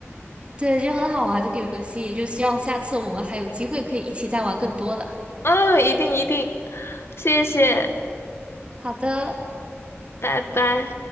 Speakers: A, on the right; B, on the left.
A: 对，就很好玩这个游戏，就希望下次我们还有机会可以一起再玩更多的。
B: 嗯，一定一定，谢谢，
A: 好的，
B: 拜拜。